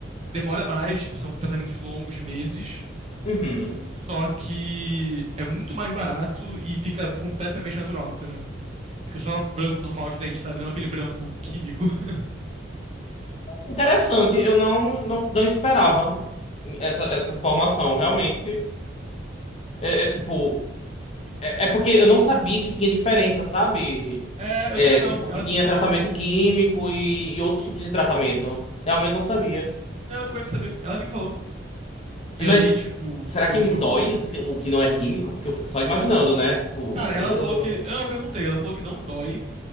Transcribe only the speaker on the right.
demora mais, tipo, são tratamentos longos, de meses,
só que é muito mais barato e fica completamente natural, entendeu? Fica só branco normal de dente, sabe? Não aquele branco químico. <laughs>
É, eu
também não,
ela
que me falou.
Não, eu também não sabia, ela que me falou. E
aí, tipo,
eu
vou.
Cara, ela falou que. Não,
eu perguntei, ela falou que não dói,